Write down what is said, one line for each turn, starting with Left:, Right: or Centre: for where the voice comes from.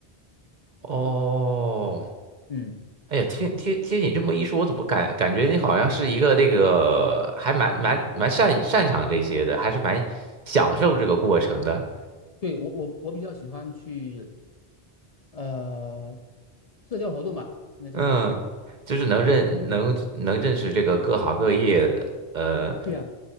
Right: 哦。
Left: 嗯。
Right: 哎呀，听听听你这么一说，我怎么感感觉你好像是一个这个还蛮蛮蛮擅擅长这些的，还是蛮享受这个过程的。
Left: 对，我我我比较喜欢去，呃社交活动吧，应该这么说。
Right: 嗯，就是能认能能认识这个各行各业的，呃，
Left: 对呀，